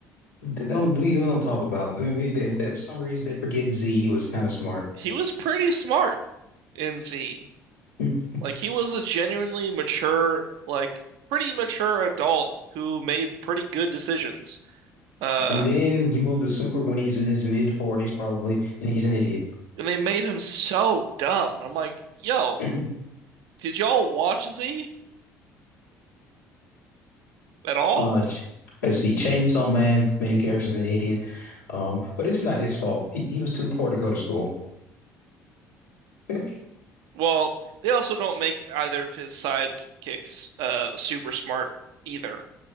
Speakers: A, on the left; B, on the right.
A: Don't we don't talk about? I mean, they, they- for some reason, they forget Z was kind of smart.
B: He was pretty smart in Z.
A: <clears throat>
B: Like he was a genuinely mature, like pretty mature adult who made pretty good decisions. Uh,
A: And then you move the Super when he's in his mid 40s, probably, and he's an idiot.
B: and they made him so dumb. I'm like, yo,
A: <clears throat>
B: did y'all watch Z at all?
A: Uh, ch- let's see, Chainsaw Man, main character's an idiot. Um, but it's not his fault. He, he was too poor to go to school. <laughs>
B: Well, they also don't make either of his sidekicks uh super smart either.